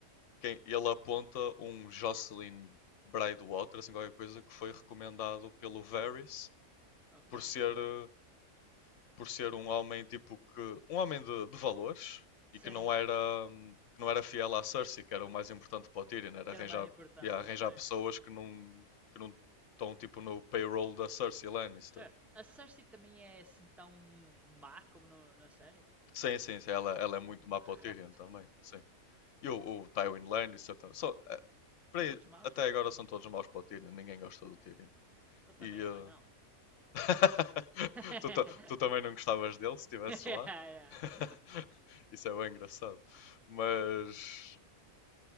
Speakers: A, on the left (about 60°); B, in the centre.
A: quem- ele aponta um Jocelyn Braidwater, assim qualquer coisa, que foi recomendado pelo Varys
B: Ok.
A: por ser, eh, por ser um homem tipo que. um homem de, de valores
B: Sim.
A: e que não era, hum, que não era fiel à Cersei, que era o mais importante para o Tyrion, era
B: Que
A: arranjar,
B: era mais importante,
A: ia arranjar
B: certo.
A: pessoas que não, que não estão tipo no payroll da Cersei Lannister.
B: Já, a Cersei também é assim tão má como no- na série?
A: Sim, sim, sim, ela, ela
B: Assim,
A: é muito
B: é um
A: má
B: rato.
A: para o Tyrion também, sim. E o,
B: Ah,
A: o Tywin Lannister também. Só, eh,
B: São
A: para aí-
B: todos maus?
A: até agora são todos maus para o Tyrion, ninguém gosta do
B: É.
A: Tyrion.
B: Ele também
A: E,
B: é
A: eh,
B: um anão.
A: <laughs>
B: <laughs>
A: tu, ta- tu também não gostavas dele se estivesses
B: Yeah,
A: lá? <laughs>
B: yeah.
A: Isso é bem engraçado. Mas,